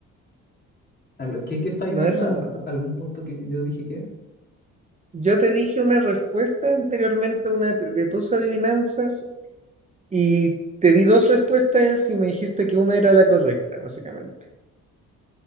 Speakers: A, on the left; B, on the right.
A: Al- ¿Qué, qué estáis
B: no
A: diciendo?
B: es
A: ¿Algún
B: un mono.
A: pu- algún punto que yo dije que?
B: Yo te dije una respuesta anteriormente a una t- de tus adivinanzas y te di dos respuestas y me dijiste que una era la correcta, básicamente.